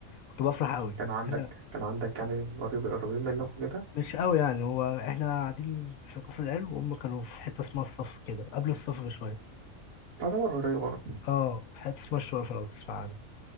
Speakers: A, on the left; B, on the right.
A: كنت بفرح قوي
B: كانوا
A: بس
B: عندك
A: احنا
B: كانوا عندك يعني قريب قريبين منك وكده
A: مش قوي يعني هو احنا قاعدين في كفر العلو وهم كانوا في حته اسمها الصف كده قبل الصف بشويه
B: تعتبر قريب اه
A: اه في حته اسمها الشرف لو تسمع عنها